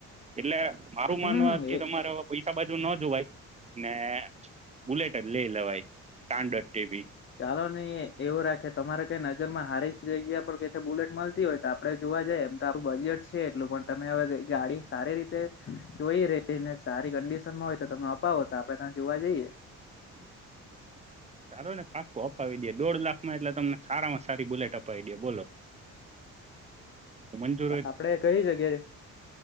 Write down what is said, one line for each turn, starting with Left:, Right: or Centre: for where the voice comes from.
Right: એટલે, મારું માનવા
Left: હમ
Right: કે
Left: એ
Right: તમારે હવે પૈસા બાજુ ન. ને બુલેટ લે લેવાય, સ્ટાન્ડર્ડ જેવી.
Left: ચાલો, નહીં એવું રાખે. તમારે કઈ નજર માં હારી જવાય. બુલેટ મળતી હોય, તો આપડે જોવા જઈએ. એમ તો આપણું બજેટ છે એટલું, પણ તમે હવે ગાડી સારી રીતે. જોઈ રહીને, સારી કંડિશન માં હોય, તો તમે અપાવો, તો આપડે ત્યાં જોવા જઈએ.
Right: <unintelligible> સારો ને પાકો અપાવી દે, દોઢ લાખમાં. એટલે તમને સારામાં સારી બુલેટ અપાવી દે, બોલો. મંજૂર હોય
Left: આપડે કંઈ જગ્યાએ